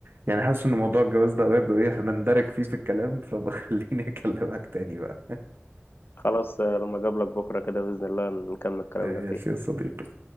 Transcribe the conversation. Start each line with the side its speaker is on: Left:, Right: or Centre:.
Right: يعني حاسس ان موضوع الجواز ده برضه ايه هنندرج فيه في الكلام فبخليني <laughs> اكلمك تاني بقى
Left: خلاص لما اقابلك بكرة كده بإذن الله نكمل كلامنا
Right: ماشي
Left: فيه
Right: يا صديقي